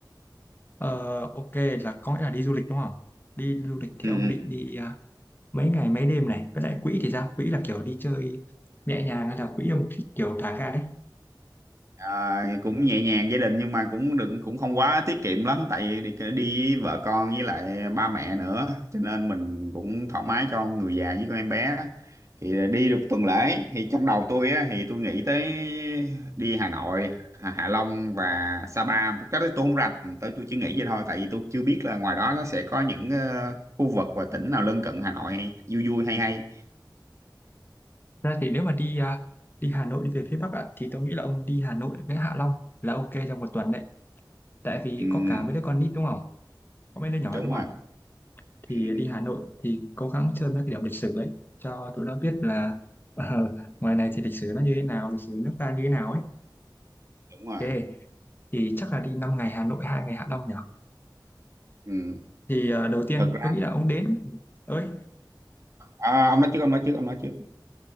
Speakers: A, on the left (about 25°); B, on the right (about 40°).
A: Ờ, ok, là có nghĩa là đi du lịch đúng không? Đi du lịch thì
B: Ừ.
A: ông định
B: ừ.
A: đi à, mấy ngày mấy đêm này, với lại quỹ thì sao? Quỹ là kiểu đi chơi nhẹ nhàng hay là quỹ ông thích kiểu thả ga đấy?
B: Ờ, cũng nhẹ nhàng gia đình nhưng mà cũng đừng cũng không quá tiết kiệm lắm tại đi, đi với vợ con với lại ba mẹ nữa cho nên mình cũng thoải mái cho người già với con em bé thì đi được tuần lễ thì trong đầu tôi á, thì tôi nghĩ tới đi Hà Nội Hạ Hạ Long và Sapa cái đó tôi không rành tới tôi chỉ nghĩ vậy thôi tại vì tôi chưa biết là ngoài đó nó sẽ có những ờ, khu vực và tỉnh nào lân cận Hà Nội vui vui hay hay
A: Thật Ra thì nếu mà đi à, đi Hà Nội đi về phía Bắc ạ, thì tôi nghĩ là ông đi Hà Nội với Hạ Long là ok trong một tuần đấy. Tại vì
B: ừ,
A: có cả mấy đứa con nít đúng không? Có mấy đứa nhỏ
B: đúng
A: đúng
B: rồi
A: không?
B: ừ,
A: Thì đi Hà Nội thì cố gắng chơi mấy cái điểm lịch sử đấy cho tụi nó biết là ờ, <laughs> ngoài này thì lịch sử nó như thế nào, lịch sử nước ta như thế nào ấy
B: đúng rồi
A: Ê, thì chắc là đi 5 ngày Hà Nội, hai ngày Hạ Long nhỉ?
B: ừ.
A: Thì ờ, đầu tiên
B: Thực
A: tôi nghĩ là ông đến ơi,
B: À, ông nói trước, ông nói trước, ông nói trước.